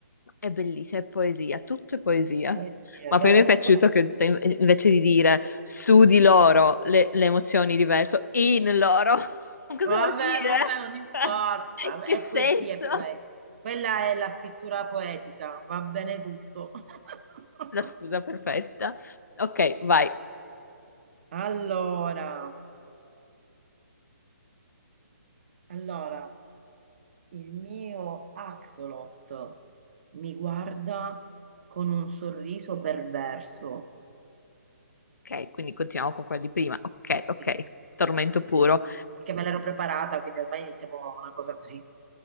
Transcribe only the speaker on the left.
È bellissima, è poesia, tutto è poesia.
Ma
poi mi è piaciuto che te- invece di dire su di loro le, le emozioni diverse, in loro. <laughs> Ma cosa
vuol dire?
<laughs>
Che
senso?
La scusa perfetta. Ok, vai.
Ok, quindi continuiamo con quella di prima. Ok, ok.
Tormento puro.